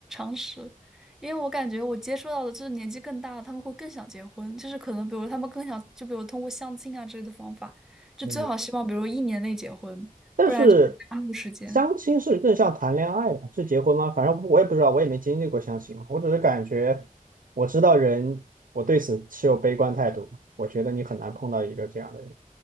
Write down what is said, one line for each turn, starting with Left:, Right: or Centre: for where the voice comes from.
Centre: 常识，因为我感觉我接触到的就是年纪更大的，他们会更想结婚，就是可能比如他们更想，就比如通过相亲啊之类的方法，就最好希望比如一年内结婚，
Right: 嗯，但是
Centre: 不然就会耽误时间。
Right: 相亲是更像谈恋爱嘛，是结婚吗？反正我也不知道，我也没经历过相亲嘛。我只是感觉，我知道人，我对此持有悲观态度嘛我觉得你很难碰到一个这样的人，